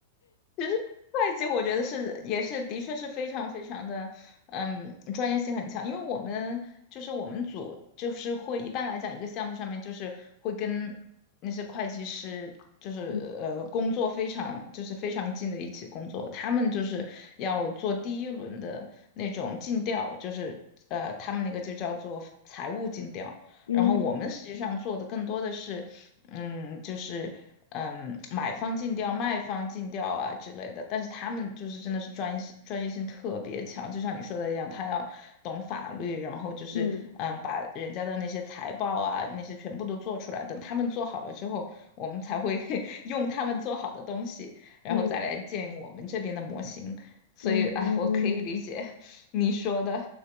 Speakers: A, on the left; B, on the left.
A: 其实会计我觉得是也是的确是非常非常的，嗯，专业性很强。因为我们就是我们组就是会一般来讲一个项目上面就是会跟那些会计师就是呃工作非常就是非常近的一起工作，
B: <laughs>
A: 他们就是要做第一轮的那种尽调，就是呃他们那个就叫做财务尽调。
B: 嗯
A: 然后我们实际上做的更多的是，嗯，就是嗯，买方尽调、卖方尽调啊之类的。但是他们就是真的是专业性专业性特别强，就像你说的一样，他要懂法律，然后就是嗯，
B: 嗯
A: 把人家的那些财报啊那些全部都做出来。等他们做好了之后，我们才会 <laughs> 用他们做好的东西，然后再来建我们这边的模型。
B: 嗯
A: 所以，
B: 嗯嗯嗯。
A: 哎，我可以理解 <laughs> 你说的。